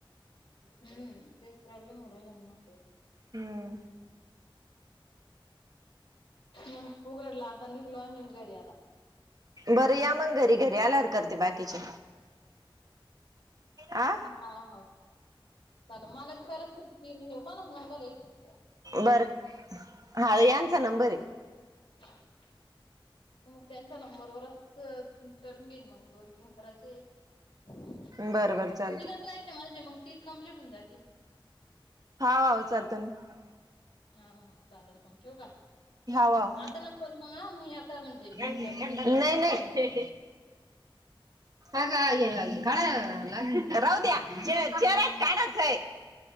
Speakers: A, on the left; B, on the right.
A: हम्म तेच प्रॉब्लेम होरल मग
B: हम्म
A: मग उघडला आता निघलो आ मी घरी आता
B: बरं या मग घरी घरी आल्यार करते बाकीचे आ
A: हा हा चाला मला बी कच घ कला नंबर आहे
B: बर हा यांचा नंबर
A: हॅलो मग त्यांच्या नंबरवरच करून घेईन मग दोन तीन करायचे तीनच
B: बरं बर चालत
A: पाहीजेत मग तीस कम्प्लीट होऊन जातील
B: हा हो चालतय ना
A: हा हा हा चालेल मग ठेवू का
B: हा वाव
A: आता नका करू मग मी आता म्हणजे
B: नाही
A: घरी चालले
B: नाही अग आई हे काय लावलय राहू द्या चेहरायाच काढाच आहे